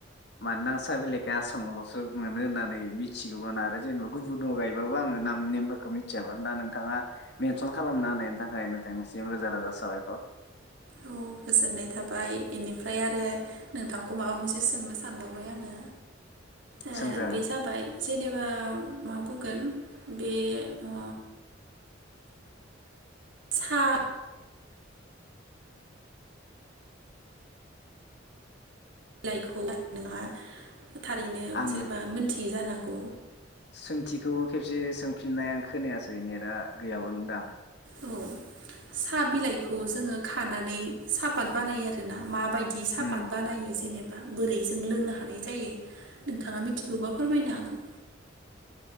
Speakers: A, on the left; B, on the right.
A: मानोना आं साह बिलाइखौ आसामावलसो मोनो होननानै मिथिगौमोन आरो जेनबा गुबुनाव गायबाबो नाम नेमफोरखो मिथियामोन दा नोंथाङा मेनसन खालामना होनायनि थाखाय नोंथांनिसिम रोजा रोजा साबायखर।
B: औ गोजोननाय थाबाय। बेनिफ्राय आरो नोंथांखौ माबा मोनसे सोंनो सानबावबाय आङो। ओ
A: सोंजागोन
B: बे जाबाय जेनेबा मा बुंगोन बे ओ सा बिलाइखौ नङा थारैनो
A: आं
B: जेनेबा मोनथियै जानांगौ।
A: सोंथिखौ खेबसे सों फिननायानो खोनायासै नेदा गैयामोनदां
B: औ साहा बिलाइखौ जोङो खानानै साहापत बानायो आरो ना। मा बायदि सापात
A: उम
B: बानायो जेनेबा बोरै जों लोंनो हानाय जायो। नोंथाङा मिथियोबा फोरमायनो हागोन।